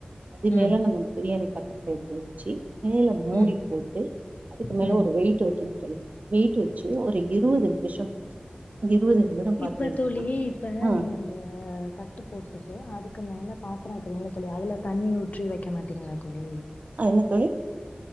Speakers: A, on the right; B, on the left.
A: அது
B: ம்
A: மேல நம்ம பிரியாணி பாத் எறக்கி வெச்சி மேல மூடி
B: ம்
A: போட்டு அதுக்கு மேல
B: ம்
A: ஒரு வெயிட் வைக்கனு தோழி வெயிட் வெச்சு ஒரு இருவது நிமிஷோ தோழி இருவது நிமிடம் பாத்தீங்கன்னா
B: இப்ப தோழி இப்ப
A: ஆ
B: நீங்க அந்த தட்டு போட்டுட்டு அதுக்கு மேல பாத்ரோ வெக்குறீங்கல்ல தோழி அதுல தண்ணி ஊற்றி வெக்க மாட்டீங்ளா தோழி
A: அ என்ன தோழி